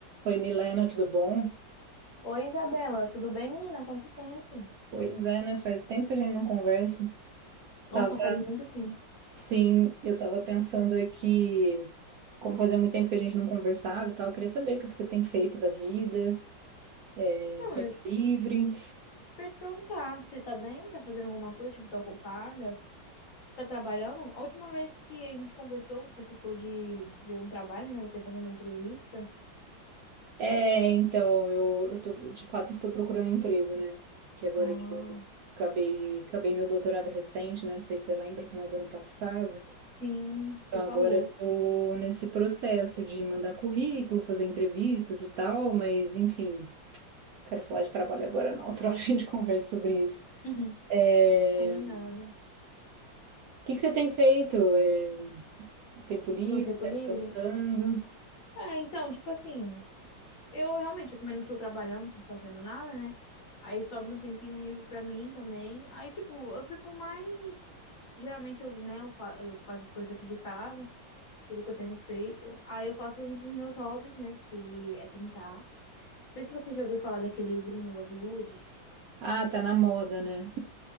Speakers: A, on the right; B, on the left.
A: Oi, Milena, tudo bom?
B: Oi, Isabela, tudo bem, menina? Quanto tempo?
A: Pois é, né? Faz tempo que a gente não conversa.
B: Nossa,
A: Tava,
B: faz muito tempo.
A: sim, eu tava pensando aqui, como fazia muito tempo que a gente não conversava e tal, eu queria saber o que que você tem feito da vida, é,
B: Então,
A: tempo
B: eu
A: livre.
B: isso que eu ia te perguntar, você tá bem? Tá fazendo alguma coisa? Tipo, tá ocupada? Tá trabalhando? A última vez que a gente conversou, você ficou de ver um trabalho, né? Você fazer uma entrevista.
A: É, então, eu, eu tô, de fato, estou procurando emprego, né? Que agora
B: Ah,
A: que eu acabei, acabei meu doutorado recente, né? Não sei se você lembra, final do ano passado.
B: sim, você
A: Então,
B: falou.
A: agora eu tô nesse processo de mandar currículo, fazer entrevistas e tal, mas, enfim. Quero falar de trabalho agora, não. Outra <laughs> hora a gente conversa sobre isso.
B: Uhum.
A: É,
B: Combinado.
A: O que que você tem feito? É, Tempo livre?
B: No tempo
A: Tá
B: livre?
A: descansando?
B: É, então, tipo assim, Eu realmente, eu também não tô trabalhando, não tô fazendo nada, né? Aí sobra um tempinho livre pra mim também. Aí, tipo, eu fico mais. Geralmente eu, né, eu, fa- eu faço as coisas aqui de casa, tudo que eu tenho feito. Aí eu faço um dos meus hobbies, né, que é pintar. Não sei se você já ouviu falar daquele livrinho, Bob Wood.
A: Ah, tá na moda, né?